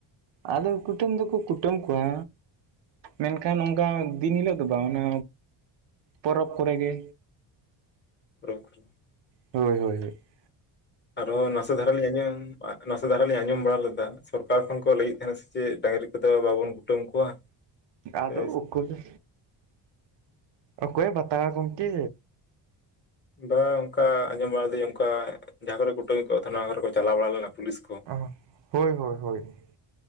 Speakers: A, on the right; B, on the left.
A: ᱟᱫᱚ ᱠᱩᱴᱟᱹᱢ ᱫᱚᱠᱚ ᱠᱩᱴᱟᱹᱢ ᱠᱚᱣᱟ᱾ ᱢᱮᱱᱠᱷᱟᱱ ᱚᱱᱠᱟ ᱫᱤᱱ ᱦᱤᱞᱳᱜ ᱫᱚ ᱵᱟᱝ ᱚᱱᱟ ᱯᱚᱨᱚᱵᱽ ᱠᱚᱨᱮ ᱜᱮ
B: ᱯᱚᱨᱚᱵᱽ ᱠᱚᱨᱮ
A: ᱦᱳᱭ ᱦᱳᱭ ᱦᱳᱭ ᱾
B: ᱟᱨᱚ ᱱᱟᱥᱮ ᱫᱷᱟᱨᱟ ᱞᱤᱧ ᱟᱸᱡᱚᱢ ᱟ ᱱᱟᱥᱮ ᱫᱷᱟᱨᱟ ᱞᱤᱧ ᱟᱸᱡᱚᱢ ᱵᱟᱲᱟ ᱞᱮᱫᱟ ᱥᱚᱨᱠᱟᱨ ᱠᱷᱚᱱ ᱠᱚ ᱞᱟᱹᱭᱮᱫ ᱛᱟᱦᱮᱸᱱᱟ ᱥᱮ ᱪᱮᱫ ᱰᱟᱝᱜᱨᱤ ᱠᱚᱫᱚ ᱵᱟᱵᱚᱱ ᱠᱩᱴᱟᱹᱢ ᱠᱚᱣᱟ?
A: ᱟᱫᱚ
B: ᱥᱮ
A: ᱚᱠᱚᱭᱮ ᱚᱠᱚᱭᱮ ᱵᱟᱛᱟᱣᱟ ᱜᱚᱝᱠᱮ᱾
B: ᱵᱟ ᱚᱱᱠᱟ ᱟᱸᱡᱚᱢ ᱵᱟᱲᱟᱫᱮᱧ ᱚᱱᱠᱟ ᱡᱟᱦᱟᱸ ᱠᱚᱨᱮ ᱠᱩᱴᱟᱹᱢ ᱠᱚᱣᱟ ᱛᱟᱦᱮᱱᱟ ᱚᱱᱟ ᱠᱚᱨᱮ ᱠᱚ ᱪᱟᱞᱟᱣ ᱵᱟᱲᱟ ᱞᱮᱱᱟ ᱯᱩᱞᱤᱥ ᱠᱚ᱾
A: ᱚ ᱦᱳᱭ ᱦᱳᱭ ᱦᱳᱭ ᱾